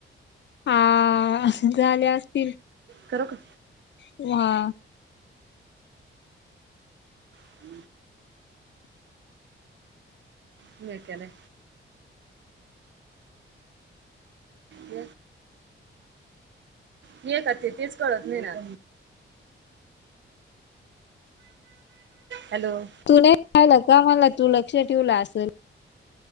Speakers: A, on the left; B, on the right.
A: हा. झाली असतील
B: करु का?
A: व हा
B: <unintelligible> म काले. ज हे का ते तेच कळत नाहीणार. हॅलो!
A: तू नाही पाहिला का मला तू लक्ष ठेवला असेल.